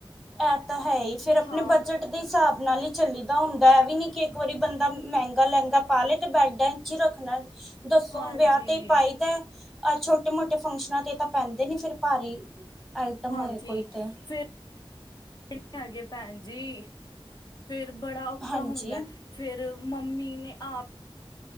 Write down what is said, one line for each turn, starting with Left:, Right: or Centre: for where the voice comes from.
Centre: ਐ ਤਾਂ ਹੈ ਹੀ ਫੇਰ ਆਪਣੇ
Left: ਹਾਂ,
Centre: ਬਜਟ ਦੇ ਹਿਸਾਬ ਨਾਲ ਹੀ ਚੱਲੀ ਦਾ ਹੁੰਦਾ ਇਹ ਵੀ ਨੀ ਕਿ ਇੱਕ ਵਾਰੀ ਬੰਦਾ ਮਹਿੰਗਾ ਲਹਿੰਗਾ ਪਾ ਲਏ ਤੇ ਬੈਡਾਂ ਚ ਹੀ ਰੱਖਣਾ। ਦੱਸੋ
Left: ਹਾਂਜੀ।
Centre: ਹੁਣ ਵਿਆਹ ਤੇ ਹੀ ਪਾਈਦਾ ਆਹ ਛੋਟੇ ਮੋਟੇ ਫੰਕਸ਼ਨਾਂ ਤੇ ਤਾਂ ਪੈਂਦੇ ਨੀ ਫਿਰ ਭਾਰੀ ਆਈਟਮ
Left: ਹਾਂਜੀ
Centre: ਹੋਏ ਕੋਈ ਤੇ
Left: ਫਿਰ ਨਈ ਹੈਗੇ ਭੈਣ ਜੀ ਫੇਰ ਬੜਾ ਔਖਾ
Centre: ਹਾਂਜੀ
Left: ਹੁੰਦਾ ਫੇਰ ਮੰਮੀ ਨੇ ਆਪ